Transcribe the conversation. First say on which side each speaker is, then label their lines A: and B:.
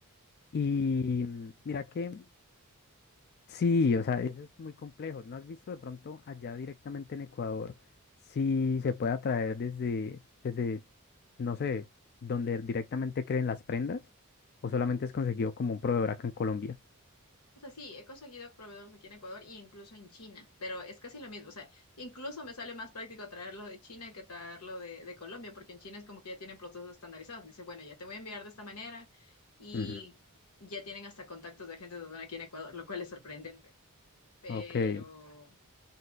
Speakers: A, on the left; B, on the left.
A: Y mm, mira que sí, o sea, eso es muy complejo. ¿No has visto de pronto allá directamente en Ecuador si se puede traer desde, desde, no sé, donde directamente creen las prendas o solamente es conseguido como un proveedor acá en Colombia?
B: O sea, sí, he conseguido proveedores aquí en Ecuador e incluso en China, pero es casi lo mismo. O sea, incluso me sale más práctico traerlo de China que traerlo de, de Colombia, porque en China es como que ya tienen procesos estandarizados. Dice, bueno, ya te voy a enviar de esta manera y
A: Ujú,
B: ya tienen hasta contactos de agentes de aduana aquí en Ecuador, lo cual es sorprendente. Pero
A: Ok.